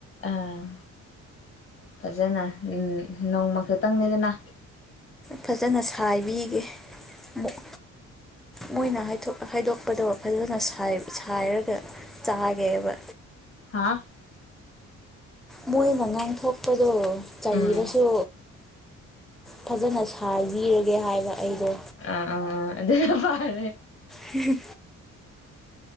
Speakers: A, on the left (about 45°); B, in the centre.
A: ꯎꯝ ꯐꯖꯅ ꯎꯝ ꯅꯣꯡꯃ ꯈꯛꯇꯪꯅꯦꯗꯅ
B: ꯐꯖꯅ ꯁꯥꯏꯕꯤꯒꯦ ꯑꯃꯨꯛ ꯃꯣꯏꯅ ꯍꯥꯏꯗꯣ ꯍꯥꯏꯗꯣꯛꯄꯗꯣ ꯐꯖꯅ ꯁꯥꯏ ꯁꯥꯏꯔꯒ ꯆꯥꯒꯦꯕ
A: ꯋꯥ
B: ꯃꯣꯏꯅ ꯉꯥꯡ ꯊꯣꯛꯄꯗꯣ ꯆꯩꯔꯁꯨ
A: ꯎꯝ
B: ꯐꯖꯅ ꯁꯥꯏꯕꯤꯔꯒꯦ ꯍꯥꯏꯕ ꯑꯩꯗꯣ
A: ꯑ ꯑꯥ ꯑꯥ ꯑꯗꯨ ꯐꯔꯦ
B: ꯍꯨ ꯍꯨ